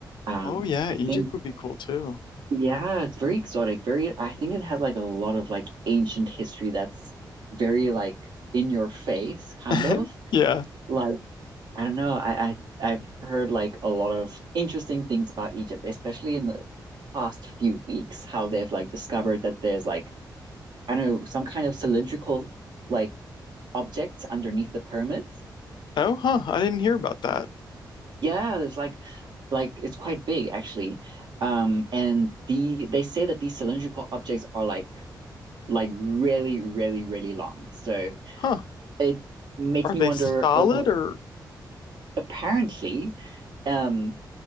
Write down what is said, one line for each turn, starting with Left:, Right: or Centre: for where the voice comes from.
Right: Um,
Left: Oh yeah,
Right: I
Left: Egypt
Right: think
Left: would be cool too.
Right: yeah, it's very exotic. Very, I think it has like a lot of like ancient history that's very like in your face, kind
Left: <laughs>
Right: of.
Left: Yeah.
Right: Like I don't know. I, I I've heard like a lot of interesting things about Egypt, especially in the past few weeks, how they've like discovered that there's like I don't know some kind of cylindrical like objects underneath the pyramids.
Left: Oh, huh. I didn't hear about that.
Right: Yeah, there's like like it's quite big actually. Um, and the they say that these cylindrical objects are like like really really really long. So
Left: Huh.
Right: it makes
Left: Are
Right: me
Left: they
Right: wonder.
Left: solid
Right: Okay,
Left: or
Right: apparently. Um,